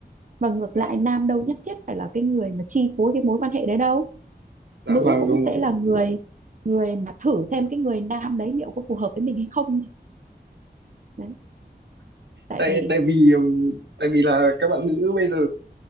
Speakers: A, on the right; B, on the right.
A: và ngược
B: dạ
A: lại nam đâu nhất thiết phải là cái người mà chi phối cái mối quan hệ đấy đâu
B: dạ
A: nữ
B: vâng
A: cũng
B: đúng rồi
A: sẽ là người người mà thử xem cái người nam đấy liệu có phù hợp với mình hay không đấy tại
B: tại
A: vì
B: tại vì ừm, tại vì là các bạn nữ bây giờ